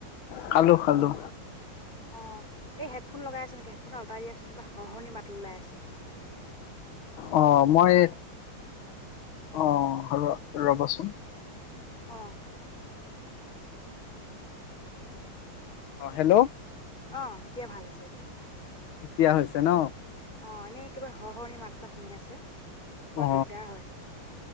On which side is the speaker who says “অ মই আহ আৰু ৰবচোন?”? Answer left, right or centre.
Left